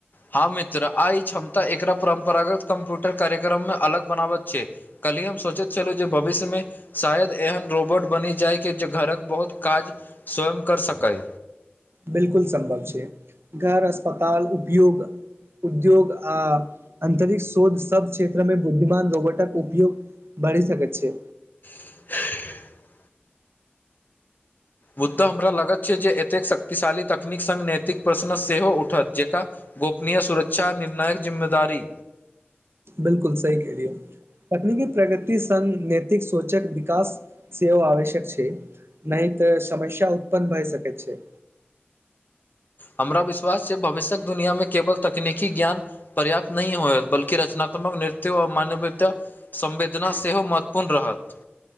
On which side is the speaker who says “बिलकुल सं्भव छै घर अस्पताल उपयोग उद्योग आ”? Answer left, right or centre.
Right